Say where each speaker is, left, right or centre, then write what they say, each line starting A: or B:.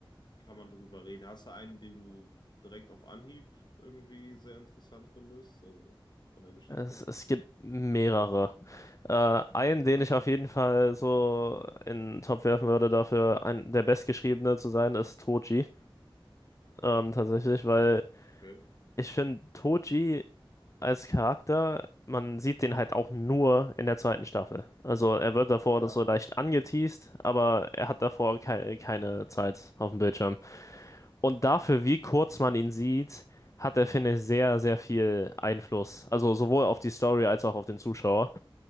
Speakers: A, on the left; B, on the left.
A: kann man drüber reden. Hast du einen, den du direkt auf Anhieb irgendwie sehr interessant findest? Also von der Geschichte?
B: Es, es gibt mehrere. Äh,
A: Okay,
B: einen, den ich auf jeden Fall so in den Topf werfen würde, dafür ein, der Bestgeschriebene zu sein, ist Toji. Ähm, tatsächlich, weil
A: okay.
B: ich finde, Toji als Charakter, man sieht den halt auch nur in der zweiten Staffel. Also er wird davor
A: Ja,
B: das so leicht angeteased, aber er hat davor kei keine Zeit auf dem Bildschirm. Und dafür, wie kurz man ihn sieht, hat er, finde ich, sehr, sehr viel Einfluss. Also sowohl auf die Story als auch auf den Zuschauer.